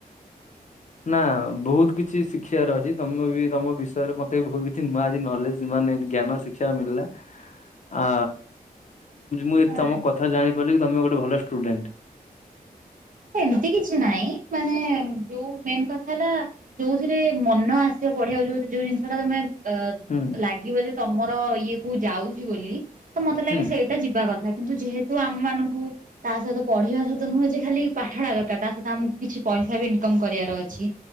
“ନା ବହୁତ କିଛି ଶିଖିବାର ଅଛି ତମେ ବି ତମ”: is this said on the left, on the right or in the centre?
Left